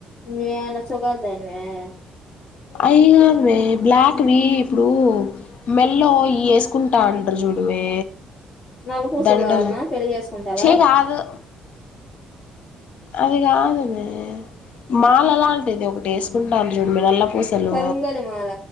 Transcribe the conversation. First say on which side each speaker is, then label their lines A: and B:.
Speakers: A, on the left; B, on the left.
A: న్యూ <unintelligible> <unintelligible>
B: అయి కవమే బ్లాక్ వి ఇవి ఇప్పుడు మెల్లో ఇ ఏసుకుంటారు చూడవే
A: నల్ల పూసలు
B: దండలు
A: కావాలనా పెళ్లి చేసుకుంటావా
B: చే కాదు అది కాదువే మాల అలాంటిది ఒకటి వేసుకుంటా <unintelligible> పూసలు
A: కరుంగలి మాల